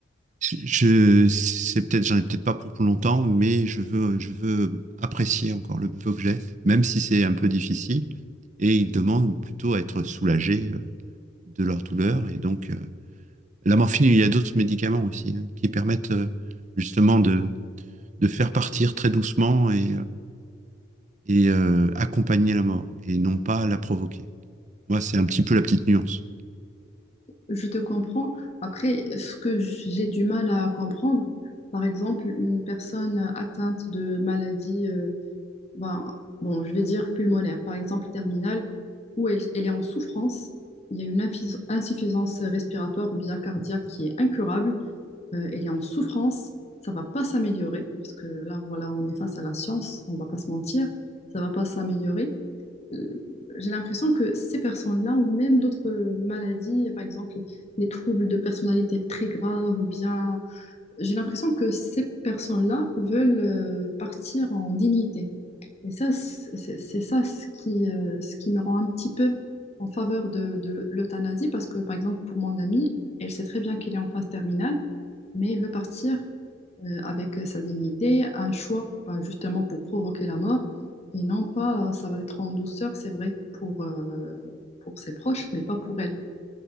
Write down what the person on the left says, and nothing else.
je te comprends. Après, ce que j'ai du mal à comprendre, par exemple, une personne atteinte de maladies ben, bon, je vais dire pulmonaire, par exemple terminale, où elle, elle est en souffrance, il y a une infis- insuffisance respiratoire ou bien cardiaque qui est incurable, euh, elle est en souffrance, ça va pas s'améliorer, parce que là, voilà, on est face à la science, on va pas se mentir, ça va pas s'améliorer. Euh, j'ai l'impression que ces personnes-là ont même d'autres maladies, par exemple les troubles de personnalité très graves ou bien j'ai l'impression que ces personnes-là veulent euh, partir en dignité. Et ça, c'est c'est ça ce qui, euh, ce qui me rend un petit peu en faveur de, de l'euthanasie, parce que, par exemple, pour mon amie, elle sait très bien qu'elle est en phase terminale, mais elle veut partir euh, avec sa dignité, un choix, ben, justement, pour provoquer la mort, et non pas, euh, ça va être en douceur, c'est vrai, pour, euh, pour ses proches, mais pas pour elle,